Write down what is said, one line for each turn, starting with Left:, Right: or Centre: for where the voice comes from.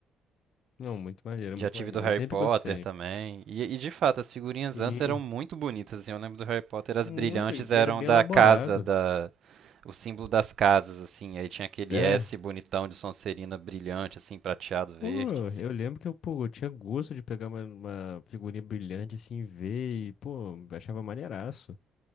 Left: Não, muito maneiro,
Right: Já
Left: muito
Right: tive
Left: maneiro.
Right: do Harry
Left: Eu sempre
Right: Potter
Left: gostei.
Right: também. E, e, de fato, as figurinhas
Left: Sim,
Right: antes eram muito bonitas, assim. Eu lembro do Harry Potter, as
Left: muito.
Right: brilhantes
Left: E
Right: eram
Left: era bem
Right: da
Left: elaborado.
Right: casa, da. O símbolo das casas, assim. Aí tinha aquele
Left: É.
Right: S bonitão de Sonserina brilhante, assim, prateado verde.
Left: Pô, eu lembro que eu, pô, eu tinha gosto de pegar uma, uma figurinha brilhante assim, ver e, pô, achava maneiraço.